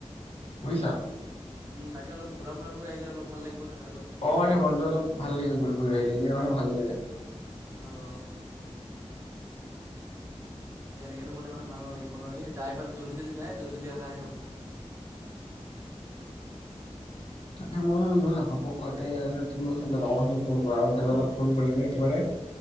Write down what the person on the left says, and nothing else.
বুজিছা
অ এই বন্টো অলপ ভাল লাগে গ'ল ঘুৰি আহিলে এনে মথাে ভাল লাগে
তাতে মই ঘপক কচোন লগৰ খিনি ফোন কৰা আৰু কেেইয়াব ফোন কৰি আমি একেবাৰে